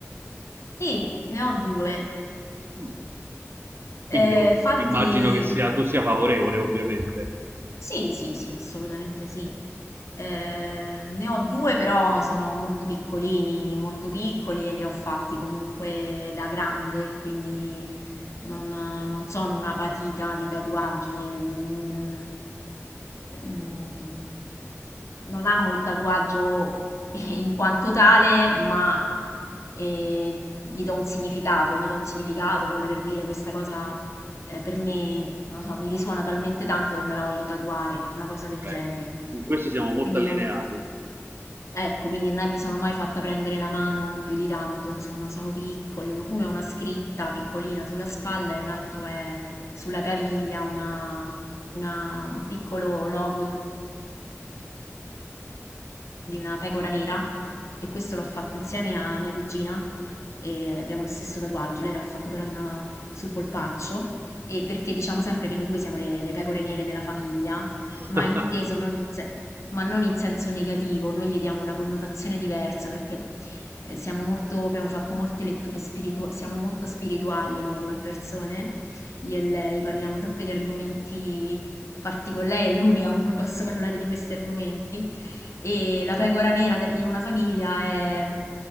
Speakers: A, on the left (about 70°); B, on the right (about 45°).
A: Sì, ne ho due.
B: Mm, Quindi
A: Eh,
B: devo-
A: fatti
B: immagino che sia, tu sia favorevole, ovviamente.
A: Sì, sì, sì, assolutamente sì. Eh, ne ho due, però sono molto piccolini, molto piccoli e li ho fatti comunque da grande, quindi non, non sono una patita di tatuaggi. Mm, mm, non amo il tatuaggio <laughs> in quanto tale, ma eh, gli do un significato, gli do un significato come per dire questa cosa eh, per me, non lo so, mi risuona talmente tanto che me la voglio tatuare, una cosa del
B: Beh,
A: genere.
B: in questo siamo molto
A: Quindi
B: allineati.
A: non, ecco, quindi non è- mi sono mai fatta prendere la mano più di tanto, insomma, sono piccoli, un- uno è una scritta piccolina sulla spalla e un altro è sulla caviglia una- una- un piccolo logo di una pecora nera e questo l'ho fatto insieme a mia cugina e abbiamo lo stesso tatuaggio, lei l'ha fatto però in una- sul polpaccio e perché diciamo sempre che noi due siamo le, le pecore nere della famiglia,
B: <laughs>
A: ma inteso
B: Ah,
A: non in, se- ma non in senso negativo, noi gli diamo una connotazione diversa perché eh, siamo molto, abbiamo fatto molte letture spirituali, siamo molto spirituali noi come persone, io e lei parliamo sempre di argomenti particolari, lei è l'unica con cui posso parlare di questi argomenti e la pecora nera del- in una famiglia è-